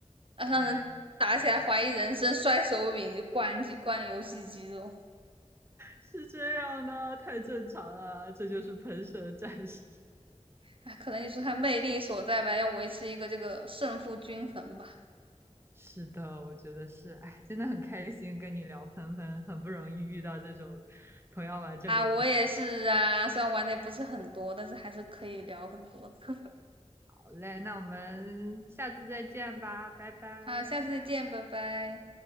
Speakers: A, on the right (about 50°); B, on the right (about 20°).
A: 啊让人打起来怀疑人生、
B: 太。长。
A: 摔手柄、就灌机、灌游戏机这种。
B: 是这样的，太正常了，这就是喷射战士。<laughs>
A: 哎，可能也是他魅力所在吧，要维持一个这个胜负均衡吧。
B: 是的，我觉得是，哎，真的很开心跟你聊喷喷，很不容易遇到这种同样玩这个游戏。
A: 啊，我也是啊，虽然玩的也不是很多，但是还是可以聊很多的。
B: 好嘞，那我们下次再见吧，拜拜。
A: 好，下次再见，拜拜。